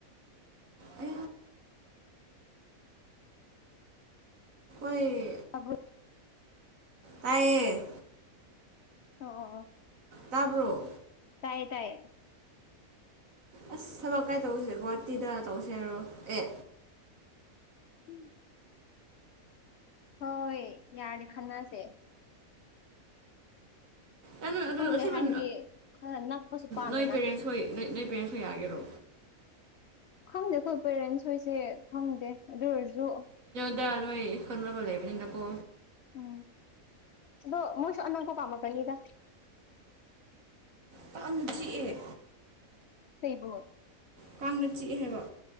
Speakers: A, on the right (about 70°); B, on the left (about 65°).
A: ꯑ ꯑꯩꯣꯏ
B: ꯑꯕ
A: ꯇꯌꯦ
B: ꯑꯣ
A: ꯇꯥꯕ꯭ꯔꯣ
B: ꯇꯥꯏꯌꯦ ꯇꯥꯏꯌꯦ
A: ꯑꯁ ꯊꯕꯛ ꯀꯥꯏ ꯇꯧꯁꯦ ꯒꯨꯍꯥꯇꯤꯗ ꯇꯧꯁꯦ ꯍꯥꯏꯔꯣ ꯑꯦ
B: ꯎꯝ ꯍꯣꯏ ꯌꯥꯔꯦ ꯈꯅꯁꯦ
A: ꯑꯣ
B: ꯈꯪꯗꯦ
A: ꯑꯁꯤꯃ
B: ꯍꯥꯏꯗꯤ ꯈꯔ ꯅꯛꯄꯁꯨ ꯄꯥꯝꯃꯦꯅ
A: ꯅꯣꯏ ꯄꯦꯔꯦꯟꯁ ꯍꯣꯏꯣꯏ ꯄꯦ ꯐꯤꯌꯥꯒꯤꯔꯣ
B: ꯈꯪꯗꯦ ꯑꯩ ꯄꯦꯔꯦꯟꯁ ꯍꯣꯏꯁꯦ ꯈꯪꯗꯦ ꯑꯗꯨ ꯑꯣꯏꯔꯁꯨ
A: ꯗꯗꯥ ꯅꯣꯏ ꯈꯪꯕꯜ ꯂꯩꯕꯗꯤꯗꯥꯛꯀꯣ
B: ꯎꯝ ꯑꯗꯨ ꯃꯣꯏꯁꯨ ꯑꯟꯅ ꯀꯧꯕ ꯀꯃ ꯀꯅꯤꯒ
A: ꯄꯥꯛꯅ ꯆꯤꯛꯑꯦ
B: ꯆꯩꯕ
A: ꯀꯥꯡꯅ ꯆꯤꯛꯑꯦ ꯍꯥꯏꯕ